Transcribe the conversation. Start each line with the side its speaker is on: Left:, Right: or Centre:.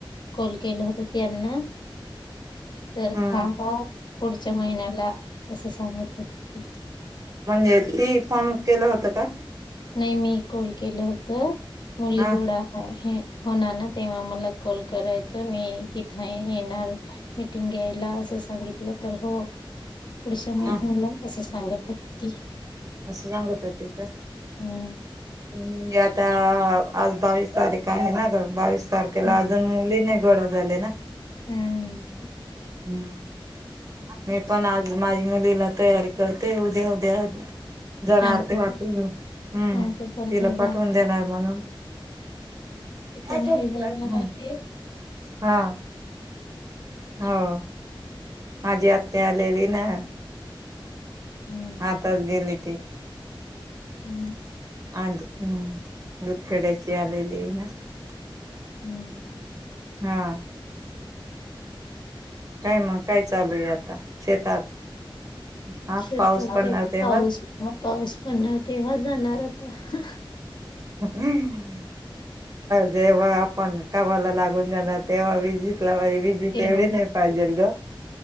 Left: कॉल केलं होत त्यांना. तर,
Right: हम्म
Left: थांबा. पुढच्या महिन्याला. असं सांगत होती ती
Right: म्हणजे ती फोन केलं, होतं का?
Left: नाही मी कॉल केलं होतं. मुली
Right: हा
Left: <unintelligible> हे. हो. नाना तेव्हा मला कॉल करायचां. मी येई -तिथे येणार. मिीटिंग घ्यायला असं सांगितलं. तर हो. पुढच्या महिन्याला.
Right: ह
Left: असं सांगत होती ती.
Right: असं सांगत होति का?
Left: हम.
Right: म्हणजे आता आज बावीस तारीख आहे ना गं. बावीस तारखेला
Left: हम्म
Right: अजून मुली नाही गोळा झाले ना.
Left: हम्.
Right: हम्मं मी पणं आंज माझी मुलीला तयारी करते उद्यां उद्यां जाणारं
Left: आमचे
Right: तेंव्हा ते हम्मं
Left: आमचे पण
Right: तिलां
Left: हे
Right: पाठवूंन
Left: जाणार
Right: देणारं
Left: आहे,
Right: म्हणूंन
Left: ते
Right: त्यांचवांय
Left: पण हे जाणार
Right: हंम
Left: आहे
Right: हां होयं माझी आंत्या आलेली नां
Left: हम्म
Right: हं आंताज गेली ती
Left: हम्मं
Right: आंज हम्मं दुखड्यांची आलेली नां ते पणं
Left: हम्मं
Right: हां कायं मंग कायं चालूं आहे आंता शेतांत हां
Left: शेतात
Right: पाऊस पडणांर
Left: काय
Right: तेंव्हा
Left: पाऊस
Right: चं
Left: पाऊस पडणांर तेंव्हा चं जाणारं आंता
Right: हम्मं जेंव्हा आपणं कामांला लागूंन जाणारं तेंव्हा बी जितलां बां बी
Left: तेव्हा
Right: तेवढं नाहीं पाहिजे गं